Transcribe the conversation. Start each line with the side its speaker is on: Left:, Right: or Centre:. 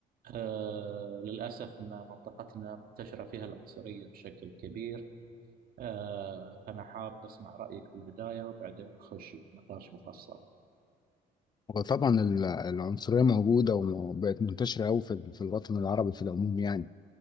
Right: آه، للأسف أن منطقتنا منتشرة فيها العنصرية بشكل كبير آه، فأنا حاب أسمع رأيك في البداية وبعدين نخش بنقاش مفصل
Left: وطبعا ال- العنصرية موجودة وبقت منتشرة أوي في في الوطن العربي في العموم يعني